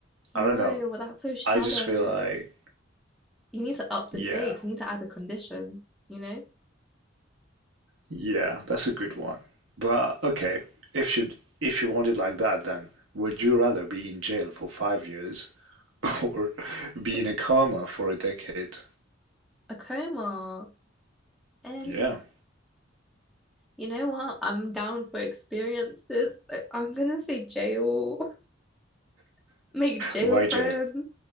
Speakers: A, in the centre; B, on the right.
A: No,
B: I don't know.
A: well that's so shallow.
B: I just feel like
A: You need to up the
B: yeah.
A: stakes. You need to add a condition, you know?
B: Yeah, that's a good one. But okay, if you if you want it like that, then would you rather be in jail for five years <laughs> or be
A: <laughs>
B: in a coma for a decade?
A: A coma. Um,
B: Yeah.
A: you know what? I'm down for experiences. I- I'm gonna say jail. <laughs> Make jail
B: Why
A: friends.
B: jail?